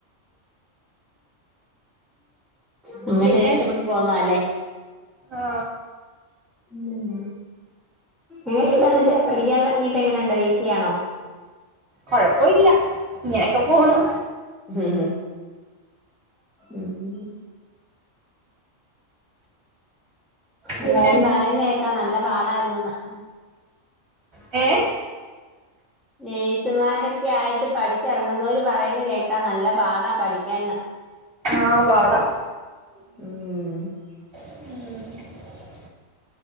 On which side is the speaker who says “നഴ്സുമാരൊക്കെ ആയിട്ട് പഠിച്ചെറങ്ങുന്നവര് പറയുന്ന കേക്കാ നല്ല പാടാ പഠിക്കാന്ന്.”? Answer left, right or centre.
Centre